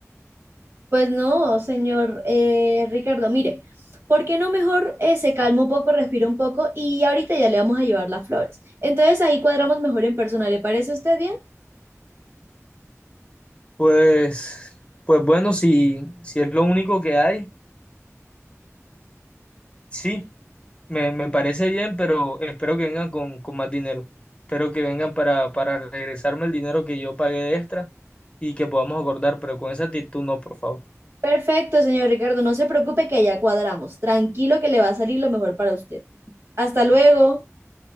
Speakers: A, on the right; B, on the left.
A: Pues no, señor eh, Ricardo, mire, ¿por qué no mejor eh, se calma un poco, respira un poco y ahorita ya le vamos a llevar las flores? Entonces ahí cuadramos mejor en persona, ¿le parece a usted bien?
B: Pues, pues bueno, si, si es lo único que hay, Sí, me, me parece bien, pero espero que vengan con, con más dinero. Espero que vengan para, para regresarme el dinero que yo pagué de extra y que podamos acordar, pero con esa actitud no, por favor.
A: Perfecto, señor Ricardo, no se preocupe que ya cuadramos. Tranquilo que le va a salir lo mejor para usted. Hasta luego.